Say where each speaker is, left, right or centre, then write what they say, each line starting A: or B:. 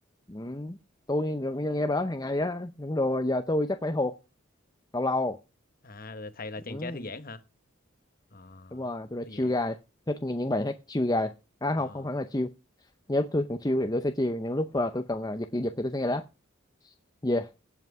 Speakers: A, on the left; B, on the left.
A: Ừ. tôi nghe, nghe bài đó hàng ngày á những đồ giờ tôi chắc phải hụt lâu lâu
B: à là thầy là chàng
A: ừ.
B: trai thư giãn hả à,
A: đúng rồi tôi là
B: thư
A: chill
B: giãn
A: guy thích nghe những bài hát chill guy à không
B: à,
A: không hẳn là chill những lúc tôi cần chill thì tôi sẽ chill những lúc à, tôi cần à, giật giật thì tôi sẽ nghe rap yeah